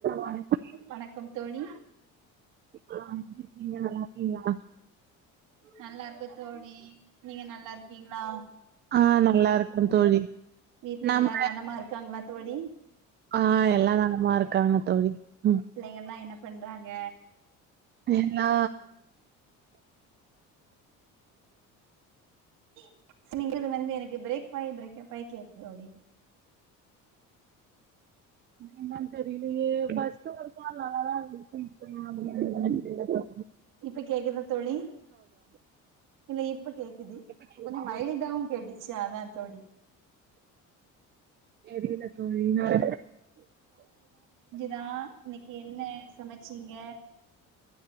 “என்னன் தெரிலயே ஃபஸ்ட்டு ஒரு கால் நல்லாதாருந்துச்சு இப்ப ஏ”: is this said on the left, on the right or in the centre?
Right